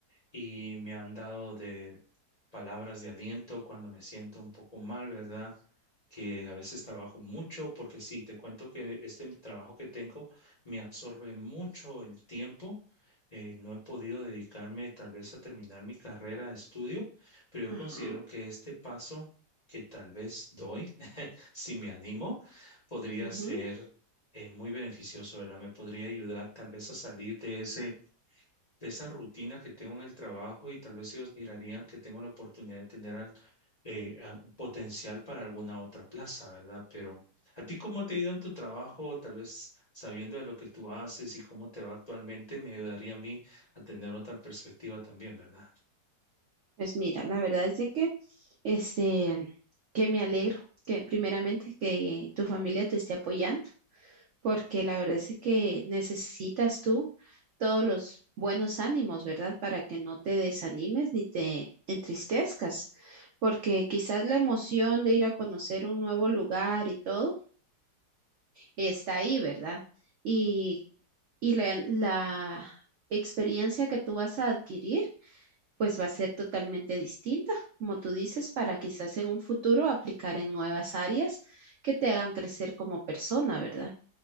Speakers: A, on the left; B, on the right.
A: y me han dado de palabras de aliento cuando me siento un poco mal, ¿verdad? Que a veces trabajo mucho, porque sí, te cuento que este trabajo que tengo me absorbe mucho el tiempo. Eh, no he podido dedicarme tal vez a terminar mi carrera de estudio, pero yo
B: Ajá,
A: considero que este paso que tal vez doy, <laughs> si me animo, podría
B: ujú.
A: ser eh, muy beneficioso, ¿verdad? Me podría ayudar tal vez a salir de ese de esa rutina que tengo en el trabajo y tal vez ellos mirarían que tengo la oportunidad de tener al- eh, a- potencial para alguna otra plaza, ¿verdad? Pero ¿a ti cómo te ha ido en tu trabajo? Tal vez sabiendo de lo que tú haces y cómo te va actualmente, me ayudaría a mí a tener otra perspectiva también, ¿verdad?
B: Pues mira, la verdad es de que, este, que me alegro que primeramente que tu familia te esté apoyando. porque la verdad es que necesitas tú todos los buenos ánimos, ¿verdad? Para que no te desanimes ni te entristezcas, porque quizás la emoción de ir a conocer un nuevo lugar y todo está ahí, ¿verdad? Y, y la, la experiencia que tú vas a adquirir, pues va a ser totalmente distinta, como tú dices, para quizás en un futuro aplicar en nuevas áreas que te hagan crecer como persona, ¿verdad?